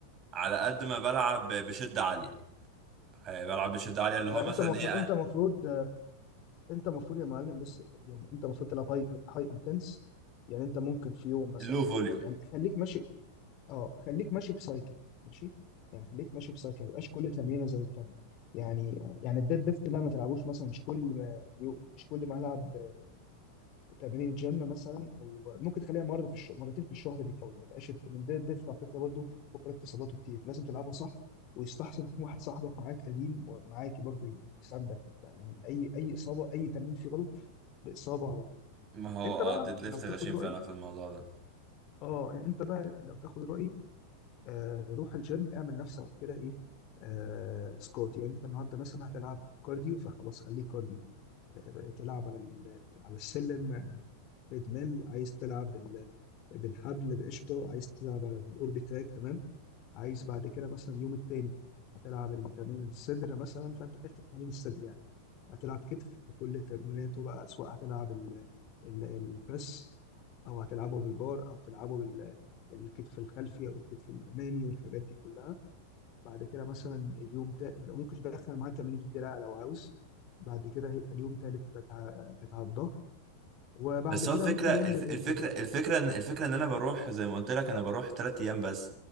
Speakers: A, on the right (about 30°); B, on the left (about 40°).
A: على قد ما بلعب بشده عاليه آه، بلعب بشدة عالية اللي
B: لا
A: هو مثلا
B: انت مفروض
A: ايه آه،
B: انت مفروض انت مفروض يا معلم بص يعني انت المفروض تلعب هاي هاي انتنس يعني انت ممكن في يوم مثلا
A: لو فوليوم
B: او يعني خليك ماشي اه خليك ماشي بسايكل ماشي يعني خليك ماشي بسايكل ما يبقاش كل تمرينه زي التانيه يعني يعني الديد ليفت ده ما تلعبوش مثلا مش كل ما يو- مش كل ما هلعب آه، تمرين جيم مثلا وممكن تخليها مره في الشهر مرتين في الشهر بالكوي ما يبقاش الديد ليفت على فكره برضه خد بالك اصاباته كتير لازم تلعبه صح ويستحسن يكون واحد صاحبك معاك قديم معاك برضه يساندك وبتاع لان اي اي اصابه اي تمرين فيه غلط باصابه على طول
A: ما هو
B: انت
A: اه
B: بقى
A: الديد ليفت
B: لو تاخد
A: غشيم
B: رايي
A: فعلا في الموضوع ده
B: اه انت بقى لو تاخد رايي آه، روح الجيم اعمل نفسك كده ايه آه، سكوات يعني انت النهارده مثلا هتلعب كارديو فخلاص خليه كارديو آه، تلعب على ال- على السلم آه، تريدميل عايز تلعب بال- بالحبل بقشطه عايز تلعب على الاوربي تراك تمام عايز بعد كده مثلا اليوم التاني هتلعب التمرين الصدر مثلا فانت عارف تمرين الصدر يعني هتلعب كتف بكل تمريناته بقى سواء هتلعب ال- ال- البريس او هتلعبه بالبار او تلعبه بال- الكتف الخلفي او الكتف الامامي والحاجات دي كلها بعد كده مثلا اليوم تا... ممكن تدخل معاه تمارين الدراع لو عاوز بعد كده هيبقى اليوم تالت بتاع بتاع الظهر وبعد
A: بس
B: كده
A: هو الفكرة
B: ممكن
A: الف-
B: يوم للرجل
A: الفكرة
B: بقى
A: الفكرة ان الفكرة ان انا بروح زي ما قلت لك انا بروح تلات ايام بس